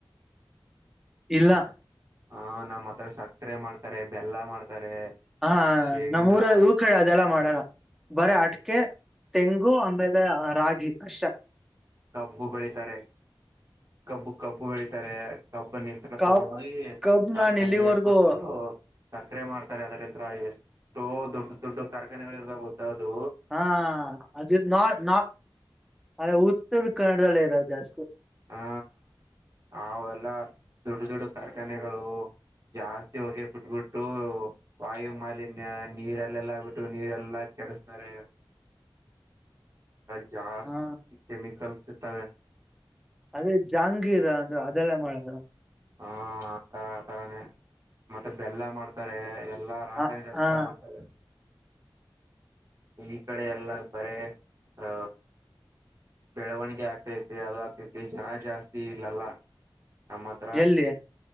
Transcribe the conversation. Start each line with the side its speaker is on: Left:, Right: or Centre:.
Centre: ಇಲ್ಲ
Right: ಹಾಂ ನಮ್ಮ್ ಹತ್ರ ಸಕ್ರೆ ಮಾಡ್ತಾರೆ ಬೆಲ್ಲ ಮಾಡ್ತಾರೆ
Centre: ಹಾ
Right: ಶೇಂಗಾ
Centre: ನಮ್ಮೂರ ಇವಕೇ ಅದೆಲ್ಲ ಮಾಡಲ್ಲ ಬರೆ ಅಟ್ಕೆ ತೆಂಗು ಆಮೇಲೆ ಅ ರಾಗಿ ಅಷ್ಟೆ
Right: ಕಬ್ಬು ಬೆಳಿತಾರೆ ಕಬ್ಬು ಕಬ್ಬು ಬೆಳಿತಾರೆ ಕಬ್ಬು ನಿ ತಗೊಂಡ
Centre: ಕಬ್
Right: ಹೋಗಿ
Centre: ಕಬ್
Right: ಕಾರ್ಖಾನೆಗಳಿಗೆ
Centre: ನಾನ್ ಎಲ್ಲಿವರೆಗೂ
Right: ಕೊಟ್ಟು ಸಕ್ಕರೆ ಮಾಡ್ತಾರೆ ಅದ್ರಂತ್ರ ಎಷ್ಟೋ ದೊಡ್ಡ ದೊಡ್ಡ ಕಾರ್ಖಾನೆಗಳು ಇರ್ಾಗ ಅೌದು
Centre: ಹಾ ಅದ ನಾಾ ಅದ ಉತ್ತರ ಕನ್ನಡದಲ್ಲ ಇರ ಜಾಸ್ತಿ
Right: ಹಾ ಅವೆಲ್ಲ ದೊಡ್ಡ ದೊಡ್ಡು ಕಾರ್ಖಾನೆಗಳು ಜಾಸ್ತಿ ಹೊಗೆೇ ಬಿಟ್ಬಿಟ್ಟು ವಾಯು ಮಾಲಿನ್ಯ ನೀರೆಲ್ಲೆಲ್ಲಾ ಬಿಟ್ಟು ನೀರೆಲ್ಲಾ ಕೆಡಸ್ತಾರೆ ಜ
Centre: ಹಾ
Right: ಕೆಮಿಕಲ್ ಸಿ ತ
Centre: ಅದೇ ಜಾಂಗೀರ ಅಂದ್ರೆ ಅದೆಲ್ಲ ಮಾಡದ
Right: ಹಾ ಆ ತರ ಆತರಾನೇ ಮತ್ತೆ ಬೆಲ್ಲ ಮಾಡ್ತಾರೆ ಎಲ್ಲಾ ರಾಸಾಯನಿಕ
Centre: ಹ
Right: ಎಂತ
Centre: ಹಾ
Right: ಮಾಡ್ತಾರೆ ಈ ಕಡೆ ಎಲ್ಲ ಬರ ಅ ಬೆಳವಣಿಗೆ ಆಗ್ತೈತೆ ಅಾವ್ದ ಆಗ್ತೈತಿ ಜನ ಜಾಸ್ತಿ ಇಲ್ಲಲ್ಲ ನಮ್ಮ ಹತ್ರ
Centre: ಎಲ್ಲಿ